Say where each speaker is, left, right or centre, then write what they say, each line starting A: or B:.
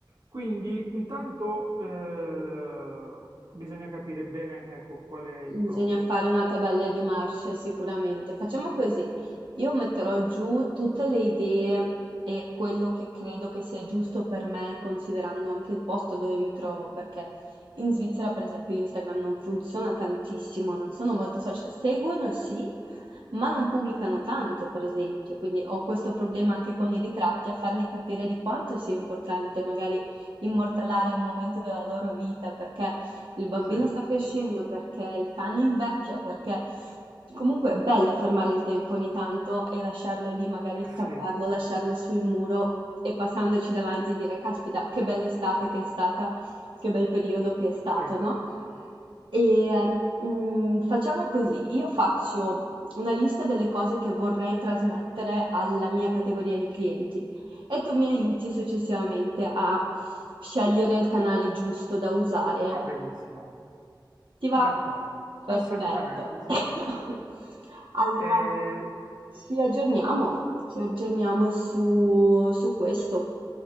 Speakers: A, on the right (about 60°); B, on the right (about 80°).
A: Quindi intanto eh, bisogna capire bene ecco, qual è il proprio.
B: Bisogna fare una tabella di marce sicuramente. Facciamo così, io metterò giù tutte le idee e quello che credo che sia giusto per me, considerando anche il posto dove mi trovo, perché in Svizzera, per esempio, Instagram non funziona tantissimo, non sono molto social, seguono sì, ma non pubblicano tanto, per esempio, quindi ho questo problema anche con i ritratti, a farli capire di quanto sia importante magari immortalare un momento della loro vita, perché il bambino
A: Sì,
B: sta crescendo, perché il cane invecchia, perché comunque è bello fermare il tempo ogni tanto e lasciarlo lì, magari stamparlo,
A: sì,
B: lasciarlo sul muro e passandoci davanti dire, caspita, che bella estate che è stata, che bel periodo che è stato,
A: sì,
B: no? E mm, facciamo così, io faccio una lista delle cose che vorrei trasmettere alla mia categoria di clienti e tu mi aiuti successivamente a scegliere il canale giusto da usare
A: va benissimo,
B: ti
A: d'accordo,
B: va?
A: assolutamente
B: Perfetto.
A: sì.
B: <coughs> Allora,
A: Eh,
B: ci aggiorniamo, ci aggiorniamo su, su questo.